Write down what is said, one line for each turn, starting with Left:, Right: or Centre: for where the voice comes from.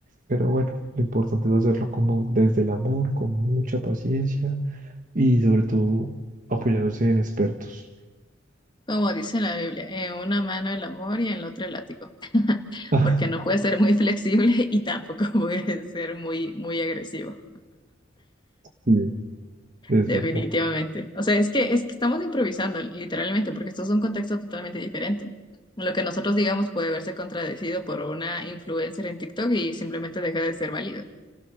Right: Pero bueno, lo importante es hacerlo como desde el amor, con mucha paciencia y sobre todo apoyándose en expertos. <laughs>
Left: Como dice la Biblia, en una mano el amor y en la otra el látigo.
Right: Ah,
Left: porque no puede ser muy flexible y tampoco <laughs> puede ser muy, muy agresivo,
Right: Sí, es
Left: definitivamente.
Right: verdad.
Left: O sea, es que, es que estamos improvisando, literalmente, porque esto es un contexto totalmente diferente. Lo que nosotros digamos puede verse contradecido por una influencer en TikTok y simplemente deja de ser válido.